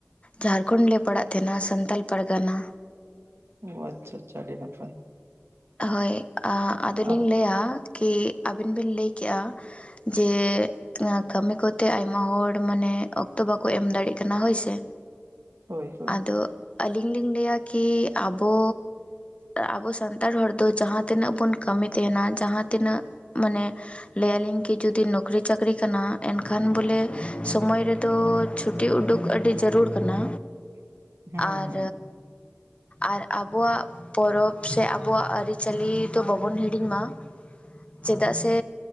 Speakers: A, on the left; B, on the right.
A: ᱡᱷᱟᱨᱠᱷᱚᱸᱰ ᱞᱮ ᱯᱟᱲᱟᱜ ᱛᱟᱦᱮᱱᱟ ᱥᱟᱱᱛᱟᱞ ᱯᱟᱨᱜᱟᱱᱟ
B: ᱚ ᱟᱪᱷᱟ ᱟᱪᱷᱟ ᱟᱹᱰᱤ ᱱᱟᱯᱟᱭ
A: ᱦᱳᱭ ᱟᱫᱚᱞᱤᱧ
B: ᱟᱨ
A: ᱞᱟᱹᱭᱟ ᱠᱤ ᱟᱹᱵᱤᱱ ᱵᱮᱤᱱ ᱞᱟᱹᱭ ᱠᱮᱜ-ᱟ ᱡᱮ ᱠᱟᱹᱢᱤ ᱠᱚᱛᱮ ᱟᱭᱢᱟ ᱦᱚᱲ ᱢᱟᱱᱮ ᱚᱠᱛᱚ ᱵᱟᱠᱚ ᱮᱢ ᱫᱟᱲᱮᱜ ᱠᱟᱱᱟ ᱦᱳᱭᱥᱮ
B: ᱦᱳᱭ ᱦᱳᱭ
A: ᱟᱫᱚ ᱟᱞᱤᱧ ᱞᱤᱧ ᱞᱟᱹᱭᱟ ᱠᱤ ᱟᱵᱚ ᱟᱵᱚ ᱥᱟᱱ ᱱᱮᱛᱟᱲ ᱦᱚᱲ ᱫᱚ ᱡᱟᱦᱟᱸ ᱛᱤᱱᱟᱹᱜ ᱵᱚᱱ ᱠᱟᱹᱢᱤ ᱛᱟᱦᱮᱱᱟ ᱡᱟᱦᱟᱸ ᱛᱤᱱᱟᱹᱜ ᱢᱟᱱᱮ ᱞᱟᱹᱭ ᱟᱹᱞᱤᱧ ᱠᱤ ᱡᱩᱫᱤ ᱱᱚᱠᱨᱤ-ᱪᱟᱹᱠᱨᱤ ᱠᱟᱱᱟ ᱮᱱᱠᱷᱟᱱ ᱵᱚᱞᱮ ᱥᱚᱢᱚᱭ ᱨᱮ ᱛᱚ ᱪᱷᱩᱴᱤ ᱩᱰᱩᱠ ᱟᱹᱰᱤ ᱡᱟᱹᱨᱩᱲ ᱠᱟᱱᱟ
B: <inaudible>
A: ᱟᱨ
B: ᱦᱩᱸ
A: ᱟᱨ ᱟᱵᱚᱣᱟᱜ ᱯᱚᱨᱚᱵᱽ ᱥᱮ ᱟᱚ ᱟᱵᱚᱣᱟᱜ ᱟᱹᱨᱤᱪᱟᱹᱞᱤ ᱫᱚ ᱵᱟᱵᱚᱱ ᱦᱤᱲᱤᱧ ᱢᱟ ᱪᱮᱫᱟᱜ ᱥᱮ